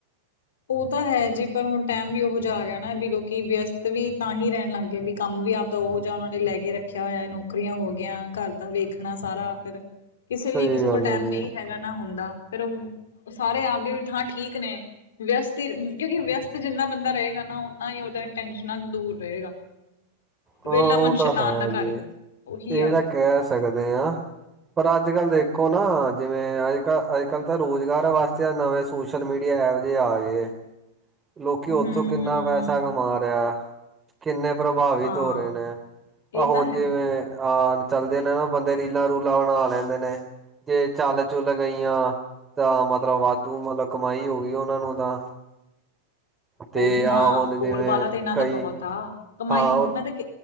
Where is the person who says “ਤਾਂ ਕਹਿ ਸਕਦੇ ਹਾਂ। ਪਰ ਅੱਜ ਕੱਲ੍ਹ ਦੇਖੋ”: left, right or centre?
Right